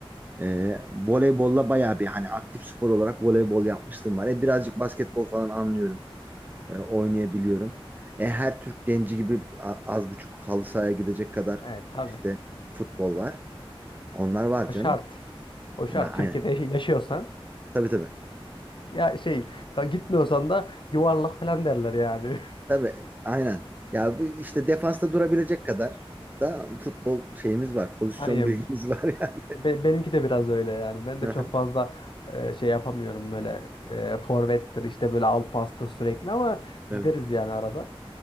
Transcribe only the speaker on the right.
Ee, voleybolla bayağı bir hani aktif spor olarak voleybol yapmıştım var. E, birazcık basketbol falan anlıyorum. e, oynayabiliyorum. E, her Türk genci gibi a- az buçuk halı sahaya gidecek kadar
işte futbol var. Onlar var
canım.
Ha, aynen.
Tabii tabii.
Tabii aynen. Ya bu işte defansta durabilecek kadar da futbol şeyimiz var.
Pozisyon
<laughs> bilgimiz var yani.
<laughs>
Aha,
Evet.